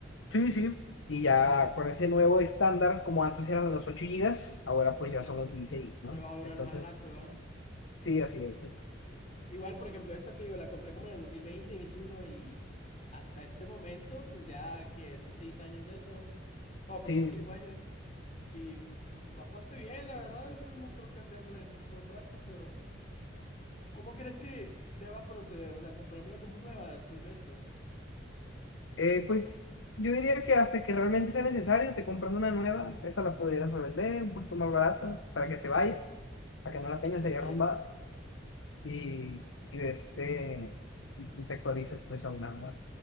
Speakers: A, on the left (about 80°); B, on the left (about 35°).
A: Sí, sí. Y ya
B: Ya.
A: con ese nuevo estándar, como antes eran los 8 gigas, ahora pues ya
B: Me,
A: son los dieciséis ¿no?
B: me va a durar
A: Entonces,
B: más rato, ¿verdad?
A: sí, así es, así es.
B: Sí. Igual, por ejemplo, esta te digo, la compré como en el dos mil veinte, veintiuno y hasta este momento, pues ya que son seis años de eso. Oh, perdón,
A: Sí,
B: cinco
A: sí, sí.
B: años. Y pues bastante bien, la verdad. Yo no creo cambiarla en un buen rato, pero ¿cómo crees que deba proceder? O sea, comprarme una compu nueva después de esto.
A: Eh, pues yo diría que hasta que realmente sea necesario, te compras una nueva, esa la podrías revender un poquito más barata para que se vaya, para que no la tengas
B: Ok,
A: ahí arrumbada y, y, este, y te actualices pues a una nueva.